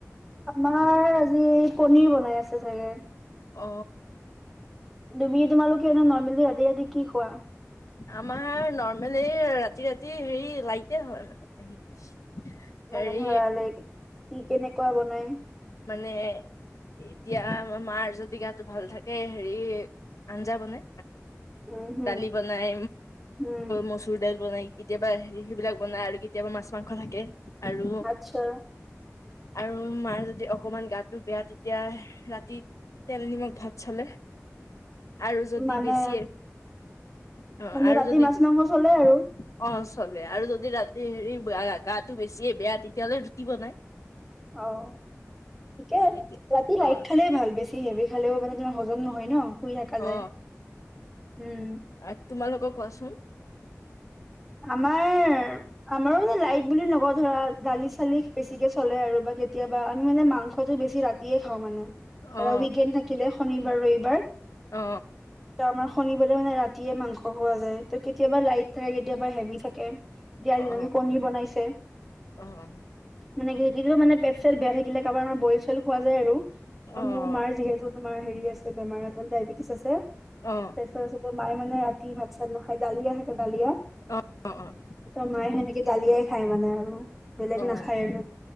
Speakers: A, in the centre; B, on the left.
A: আমাৰ আজি পনীৰ বনাই আছে চাগে
B: অ।
A: তুমি তোমালোকে এ নৰ্মেলি ৰাতি ৰাতি কি খোৱা?
B: আমাৰ নৰ্মেল এই ৰাতি ৰাতি হেৰি লাইতে হয় মানে হেৰি
A: মানে ধৰা লাইক কি কেনেকুৱা বনাই?
B: মানে এতিয়া আমাৰ মাৰ যদি গাটো ভাল থাকে হেৰি আঞ্জা বনাই।
A: উম হম
B: ডালি বনাই,
A: উম
B: মচুৰ দাইালি বনাই, কেতিয়াবা হেৰি সেইবিলাক বনাই আৰু কেতিয়াবা মাছ মাংস থাকে আৰু
A: আচ্ছা
B: আৰু মাৰ অকমান গাটো বেয়া তেতিয়া ৰাতি তেল- নিমখ ভাত চলে আৰু যদি
A: মানে
B: বেছিয়ে অ
A: মানে
B: আৰু
A: ৰাতি
B: যদি
A: মাছ
B: অ
A: মাংস চলে আৰু
B: চলে আৰু যদি ৰাতি হেৰি গাটো বেছিয়ে বেয়া তেতিয়াহ'লে ৰুটি বনাই
A: অ ঠিকে
B: সেইটোৱে
A: ৰাতি লাইট
B: অ
A: খালে ভাল বেছি হেবি খালেও মানে তোমাৰ হজম নহয় ন শুই থাকা
B: অ
A: যায় উম
B: অ তোমালোকক কোৱাচোন?
A: আমাৰ আমাৰো মানে লাইট বুলি নকওঁ ধৰা দালি চালি বেছিকে চলে আৰু বা কেতিয়াবা আমি মানে মাংস মাংস বছি ৰাতিয়ে মানে ধ
B: অ
A: উইকেণ্ড থাকিলে শনিবাৰ ৰবিবাৰ
B: অ
A: আমাৰ শনি মানে ৰাতিয়ে মাংস খোৱা যায় ত কেতিয়াবা লাইট থাকে কেতিয়াবা হেভি থাকে এতিয়া
B: অ
A: কিজানি কণী বনাইছে
B: অ অ
A: মানে কি কিতিয়াও মানে পেট চট বেয়া থাকিলে কাৰোবাৰ আমাৰ বইল চইল খোৱা যায় আৰু
B: অ
A: মোৰ মাৰ যিহেতু, তোমাৰ হেৰি আছে বেমাৰ ডায়েবেটিছ আছে
B: অ',
A: প্ৰেছাৰ আছে মায়ে মানে ৰাতি ভাত চাট নেখাই ডালিয়া থাকে ডালিয়া
B: অ', অ',
A: তই মায়ে সেনেকে দালিয়াই খায় মানে আৰু। বেলেগ
B: অ',
A: নাখায় আৰু